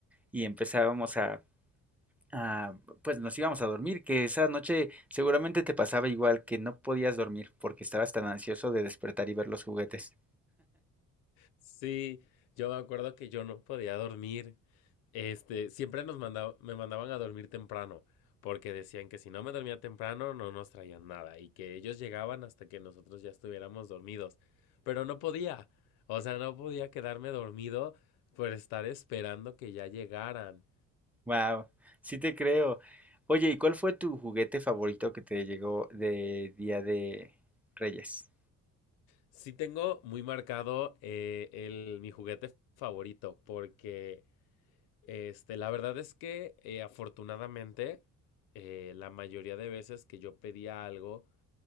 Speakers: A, in the centre; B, on the left (about 80°).
A: y empezábamos a Ah, pues nos íbamos a dormir, que esa noche seguramente te pasaba igual, que no podías dormir porque estabas tan ansioso de despertar y ver los juguetes.
B: Sí, yo me acuerdo que yo no podía dormir. Este, siempre nos mandaba, me mandaban a dormir temprano, porque decían que si no me dormía temprano no nos traían nada y que ellos llegaban hasta que nosotros ya estuviéramos dormidos. Pero no podía, o sea, no podía quedarme dormido por estar esperando que ya llegaran.
A: Wow, sí te creo. Oye, ¿y cuál fue tu juguete favorito que te llegó de Día de Reyes?
B: Sí tengo muy marcado eh, el, mi juguete favorito, porque Este, la verdad es que eh, afortunadamente eh, la mayoría de veces que yo pedía algo